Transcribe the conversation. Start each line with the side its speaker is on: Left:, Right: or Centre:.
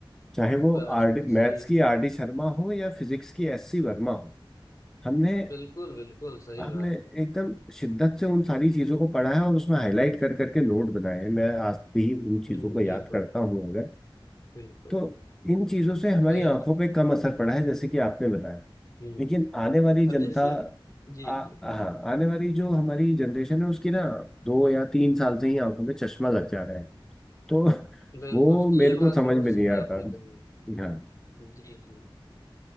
Centre: चाहे वो
Left: बस
Centre: आर डी
Left: बस
Centre: मैथ्स
Left: यही
Centre: की
Left: था
Centre: आर डी शर्मा हो या फिजिक्स की एस सी वर्मा हो हमने
Left: बिल्कुल बिल्कुल सही
Centre: हमने
Left: बात है
Centre: एकदम शिद्दत से उन सारी चीजों को पढ़ा है और उसमें हाईलाइट
Left: हम्म
Centre: कर करके नोट बनाए हैं मैं आज भी उन चीजों
Left: हम्म,
Centre: को
Left: बिल्कुल
Centre: याद करता हूँ अगर
Left: बिल्कुल
Centre: तो इन चीजों से हमारी
Left: सही
Centre: आंखों
Left: बात
Centre: पे कम असर पड़ा है जैसे कि आपने बताया
Left: हम्म
Centre: लेकिन आने वाली जनता
Left: अब जैसे जी
Centre: आ,
Left: जी
Centre: हाँ आने वाली जो हमारी जनरेशन है उसकी ना दो या तीन साल से ही आंखों में चश्मा लग जा रहा है तो <laughs>
Left: बिल्कुल
Centre: वो मेरे
Left: ये बात
Centre: को समझ
Left: बहुत
Centre: में
Left: सही
Centre: नहीं आता
Left: आपने कही
Centre: हाँ
Left: जी जी